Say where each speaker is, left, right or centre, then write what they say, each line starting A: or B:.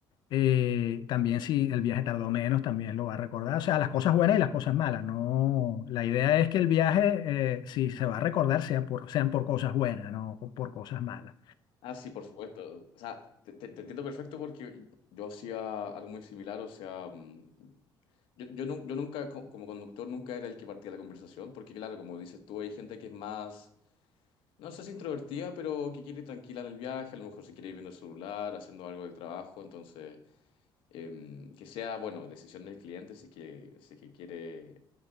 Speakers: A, on the left; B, on the left.
A: Eh, también si el viaje tardó menos, también lo va a recordar. O sea, las cosas buenas y las cosas malas. No, la idea es que el viaje, eh, si se va a recordar, sea por, sean por cosas buenas, no por cosas malas.
B: Ah, sí, por supuesto. O sea, te, te- te entiendo perfecto porque yo hacía algo muy similar. O sea, mm, Yo, yo, nun- yo nunca, co- como conductor, nunca era el que partía la conversación, porque claro, como dices tú, hay gente que es más, no sé si introvertida, pero que quiere ir tranquila en el viaje, a lo mejor se quiere ir viendo el celular, haciendo algo del trabajo, entonces, em, que sea, bueno, decisión del cliente si es que, si es que quiere,